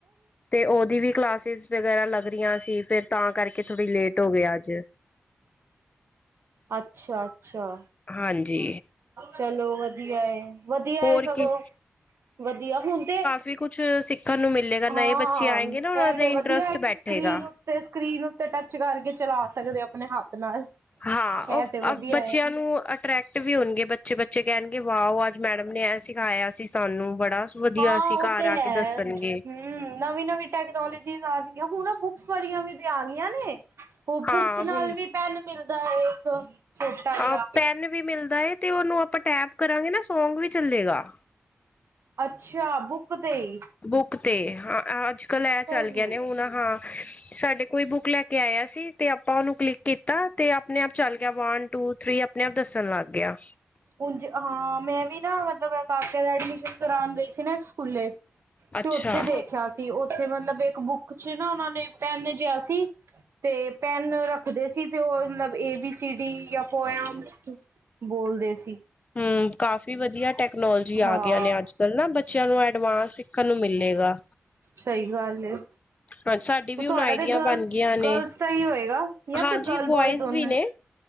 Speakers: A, on the left (about 30°); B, on the right (about 70°).
A: ਤੇ ਓਦੀ ਵੀ ਕਲਾਸਿਸ ਵਗੈਰਾ ਲੱਗ ਰਈਆਂ ਸੀ ਫਿਰ ਤਾਂ ਕਰਕੇ ਥੋੜੀ ਲੇਟ ਓ ਗਏ ਅੱਜ।
B: ਅੱਛਾ-ਅੱਛਾ।
A: ਹਾਂਜੀ।
B: ਚਲੋ ਵਦੀਆ ਏ, ਵਦੀਆ
A: ਹੋਰ
B: ਏ ਸਗੋਂ
A: ਕੀ
B: ਵਦੀਆ ਹੁਣ ਤੇ
A: ਵੀ ਕੁਛ ਸਿੱਖਣ ਨੂੰ ਮਿਲੇਗਾ ਨਯੇ
B: ਹਾਂ
A: ਬੱਚੇ ਆਏਗੇ
B: ਇਹ
A: ਨਾ ਉਨਾਂ ਦਾ ਇੰਟਰਸਟ
B: ਵਧੀਆ ਹੈ ਕਿ
A: ਬੈਠੇਗਾ।
B: ਸਕਰੀਨ ਉੱਤੇ ਤੇ ਸਕਰੀਨ ਉੱਤੇ ਟੱਚ ਕਰਕੇ ਚਲਾ ਸਕਦੇ ਆ ਆਪਣੇ ਹੱਥ ਨਾਲ।
A: ਹਾਂ
B: ਇਹ
A: ਓ
B: ਤੇ ਵਧੀਆ
A: ਅ ਬੱਚਿਆਂ
B: ਹੈ
A: ਨੂੰ ਅਟਰੈਕ ਟ ਵੀ ਹੋਣਗੇ ਬੱਚੇ, ਬੱਚੇ ਕਹਿਣਗੇ ਵਾੳ! ਅੱਜ ਮੈਡਮ ਨੇ ਐ ਸਿਖਾਇਆ ਸੀ ਸਾਨੂੰ ਬੜਾ ਵਧੀਆ
B: ਹਾਂ
A: ਸੀ
B: ਓ
A: ਘਰ
B: ਤੇ
A: ਆ
B: ਹੈ।
A: ਕੇ ਦੱਸਣਗੇ
B: ਹੂੰ, ਨਵੀਂ-ਨਵੀਂ ਟੈਕਨੋਲੋਜੀਜ ਆਨ ਗਿਆਂ, ਹੁਣ ਨਾ ਬੁੱਕਸ ਵਾਲੀਆਂ ਵੀ ਤੇ ਆਣਿਆਂ ਨੇ। ਓ
A: ਹਾਂ
B: ਬੁੱਕ
A: ਹੁਣ
B: ਨਾਲ ਵੀ ਪੈਨ ਮਿਲਦਾ ਏ ਇੱਕ ਛੋਟਾ
A: ਅ
B: ਜਿਆ
A: ਪੈਨ ਵੀ ਮਿਲਦਾ ਏ ਤੇ ਉਨੂੰ ਆਪਾਂ ਟੈਪ ਕਰਾਂਗੇ ਨਾ ਸੌਂਗ ਵੀ ਚੱਲੇਗਾ।
B: ਅੱਛਾ ਬੁੱਕ ਤੇ ਈ।
A: ਬੁੱਕ ਤੇ ਹਾਂ ਅੱਜ-ਕੱਲ ਐ ਚੱਲ
B: ਜੀ
A: ਗਿਆ ਨੇ ਹੁਣ ਹਾਂ ਸਾਡੇ ਕੋਈ ਬੁੱਕ ਲੈ ਕੇ ਆਇਆ ਸੀ ਤੇ ਆਪਾਂ ਉਨੂੰ ਕਲਿੱਕ ਕੀਤਾ ਤੇ ਆਪਣੇ ਆਪ ਚੱਲ ਗਿਆ ਵਨ, ਟੂ, ਥਰੀ ਆਪਣੇ ਆਪ ਦੱਸਣ ਲੱਗ ਗਿਆ।
B: ਉਝ ਹਾਂ ਮੈਂ ਵੀ ਨਾ ਮਤਲਬ ਏ ਕਾਕੇ ਦਾ ਐਡਮਿਸ਼ਨ ਕਰਾਣ ਗਈ ਸੀ ਨਾ ਇੱਕ ਸਕੂਲੇ
A: ਅੱਛਾ
B: ਤੇ ਉੱਥੇ ਦੇਖਿਆ ਤੇ ਉੱਥੇ ਮਤਲਬ ਇੱਕ ਬੁੱਕ ਚ ਨਾ ਉਨਾ ਨੇ ਪੈਨ ਜਿਆ ਸੀ ਤੇ ਪੈਨ ਰੱਖਦੇ ਸੀ ਤੇ ਓ ਮਤਲਬ ਏ, ਬੀ, ਸੀ, ਡੀ ਯਾਂ ਪੋਯਮ ਬੋਲਦੇ ਸੀ।
A: ਹੂੰ, ਕਾਫੀ ਵਦੀਆ ਟੈਕਨੋਲੋਜੀ
B: ਹਾਂ
A: ਆ ਗਈਆਂ ਨੇ ਅੱਜ ਕੱਲ ਨਾ ਬੱਚਿਆਂ ਨੂੰ ਐਡਵਾਂਸ ਸਿੱਖਣ ਨੂੰ ਮਿਲੇਗਾ।
B: ਸਈ ਗੱਲ ਏ।
A: ਹਾਂਜੀ, ਸਾਡੀ ਵੀ
B: ਤੁਹਾਡਾ
A: ਹੁਣ ਆਈਡੀਆ
B: ਤੇ ਗਰਲਸ
A: ਬਣ ਗਈਆਂ ਨੇ।
B: ਗਰਲਸ ਦਾ ਹੀ ਹੋਏਗਾ ਜਾਂ
A: ਹਾਂਜੀ,
B: ਫਿਰ ਗਰਲ
A: ਬੋਇਜ਼
B: ਦੋਨੋ
A: ਵੀ ਨੇ।